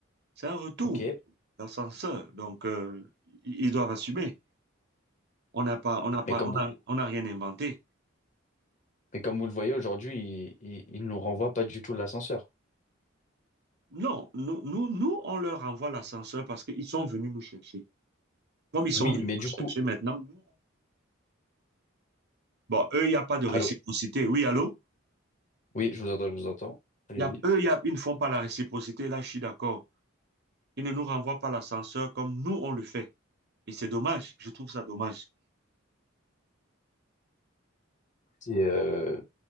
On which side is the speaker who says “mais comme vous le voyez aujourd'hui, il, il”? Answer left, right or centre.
Left